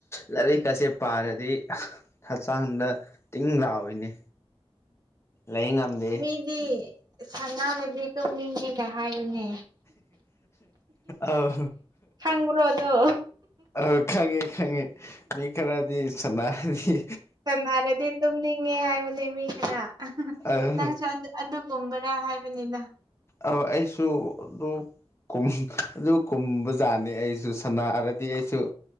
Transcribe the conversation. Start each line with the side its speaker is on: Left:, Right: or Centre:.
Left: ꯂꯥꯏꯔꯤꯛꯀꯥꯁꯦ ꯄꯥꯔꯗꯤ ꯍꯛꯆꯥꯡꯗ ꯇꯤꯡ ꯂꯥꯎꯏꯅꯦ ꯂꯩ ꯉꯝꯗꯦ
Right: ꯑꯩꯗꯤ ꯁꯅꯥꯔꯗꯤ ꯇꯣꯛꯅꯤꯡꯉꯦꯒ ꯍꯥꯏꯕꯅꯦ
Left: ꯑꯧ
Right: ꯈꯪꯕꯔꯣ ꯑꯗꯣ
Left: ꯑꯥ ꯈꯪꯉꯦ ꯈꯪꯉꯦ ꯃꯤ ꯈꯔꯗꯤ ꯁꯅꯥꯔꯤ
Right: ꯁꯅꯥꯔꯗꯤ ꯇꯨꯝꯅꯤꯡꯉꯦ ꯍꯥꯏꯕꯅꯦ ꯃꯤ ꯈꯔ ꯑꯍꯥ ꯍꯥ
Left: ꯑ
Right: ꯅꯪꯁꯨ ꯑꯗꯨ ꯑꯗꯨꯒꯨꯝꯕꯔ ꯍꯥꯏꯕꯅꯤꯗ
Left: ꯑ ꯑꯩꯁꯨ ꯑꯗꯨ ꯀꯨꯝ ꯑꯗꯨ ꯀꯨꯝꯕꯖꯥꯅꯤ ꯑꯩꯖꯨ ꯁꯅꯥꯔ ꯗꯤ ꯑꯩꯁꯨ